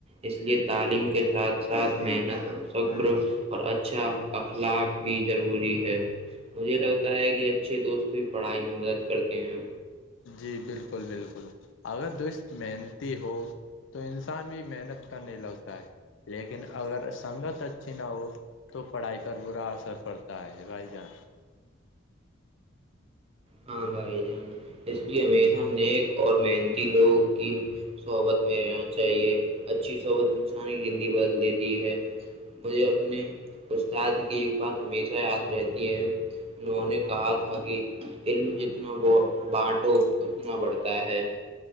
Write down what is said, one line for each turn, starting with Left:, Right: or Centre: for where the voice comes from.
Right: اس لیے تعلیم
Left: جی
Right: کے ساتھ ساتھ محنت سر اور اچھا اخلاق بھی ضروری ہے مجھے لگتا ہے کہ اچھے دوست بھی پڑھائی میں مدد کرتے ہیں
Left: جی بالکل بالکل اگر درست محنتی ہو تو انسان بھی محنت کرنے لگتا ہے لیکن اگر سنگت اچھی نہ ہو تو پڑھائی پر برا اثر پڑتا ہے بھائی جان
Right: ہاں بھائی جان اس لیے ہمیشہ نیک اور محنتی لوگ کی صحبت میں رہنا چاہیے اچھی صحبت انسان کی زندگی بدل دیتی ہے مجھے اپنے استاد کی ایک بات ہمیشہ یاد رہتی ہے انہوں نے کہا تھا کہ علم جتنا ب بانٹو اتنا بڑھتا ہے